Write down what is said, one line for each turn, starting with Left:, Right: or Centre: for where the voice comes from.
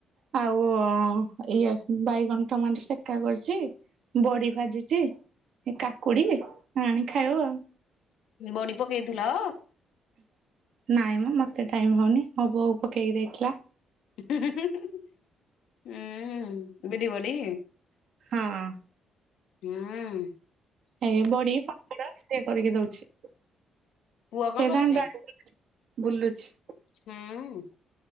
Right: ଆଉ ଇଏ ବାଇଗଣ ଟମାଟ ସେକା କରଛି ବଡି ଭାଜିଛି ଏ କାକୁଡି ଆଣି ଖାଇବ ଆଉ।
Left: ବଡି ପକେଇଥିଲ?
Right: ନାଇଁମ ମତେ ଟାଇମ ହଉନି ମୋ ବୋଉକୁ ପକେଇକି ଦେଇଥିଲା।
Left: ହୁଁ ବିଡି ବଡି।
Right: ହଁ ଅଁ।
Left: ହୁଁ ଉଁ।
Right: ଏ ବଡି ପାମ୍ପଡ ସେ କରିକି ଦଉଛି
Left: ପୁଅ କଣ
Right: ସେ
Left: କରୁଛି?
Right: ଦାଣ୍ଡ ଆ ବୁଲୁଛି।
Left: ହୁଁ ଉଁ।